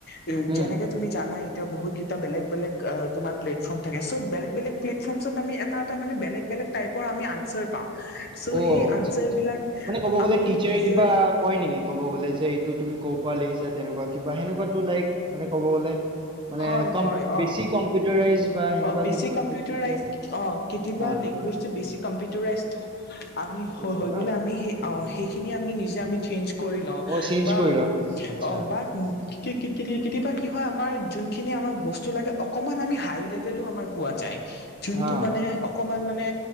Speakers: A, on the left; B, on the right.
A: কে
B: উম
A: যেনেকে তুমি জানাই। এ বহুতকেইটা বেগ বেলেগ আ তোমাৰ প্লেটফৰ্ম থাকে' চ বেলেগ বেলেগ প্লেটফৰ্মছত আমি এটা এ মানে বেলেগ বেলেগ। লেক টাইপৰ আমি আঞ্চাৰ পাও চ
B: অ
A: সেই
B: আচ্ছা
A: আঞ্চাৰ
B: আচ্ছা
A: বিলাক।
B: মানে ক'ব গ'লে
A: আমি
B: টিচাৰে
A: নিজে
B: কিবা কয় নেকি ক'ব গ'লে যে। এইটো তুমি কৰ পৰা লিখিছা তেনেকুৱা কিবা সেনেকুৱাটো লাইক মানে ক'ব গ'লে। মানে
A: হয়
B: কম
A: হয়
B: বেছি
A: অ
B: কম্পিউটাৰাইজ। বা সেনেকুৱা
A: অ বিছি
B: কিবা
A: কম্পিউটাৰ
B: টিচাৰ
A: ৰাইজ অ কিতিবা
B: অ
A: লেংগুৱেজ টো বেছি কম্পিউটাৰ ৰাই। আমি হ
B: যায়
A: হৈ
B: ন
A: গ'লে আমি সেই অ সেইখিনি আমি নিজে আমি। চেঞ্জ কৰি লও
B: অ চেঞ্জ
A: বা
B: কৰি লোৱা ন আচ্ছা
A: অ বা কি কি কি কিতিয়াবা। কি হয় আমাৰ যোনখিনি আমাক বস্তু লাগে অকণমান আমি হাই লেভেলো আমাৰ পোৱা যায়। যোনটো
B: হা
A: মানে অকমান মানে